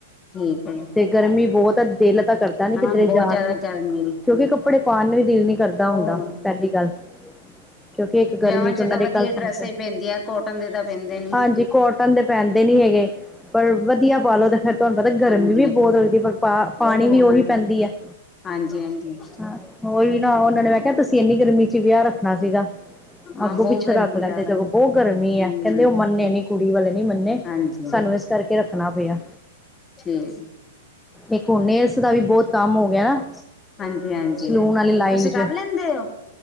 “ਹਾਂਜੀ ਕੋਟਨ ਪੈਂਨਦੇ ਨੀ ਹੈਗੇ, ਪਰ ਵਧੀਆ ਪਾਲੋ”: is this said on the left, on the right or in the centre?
Centre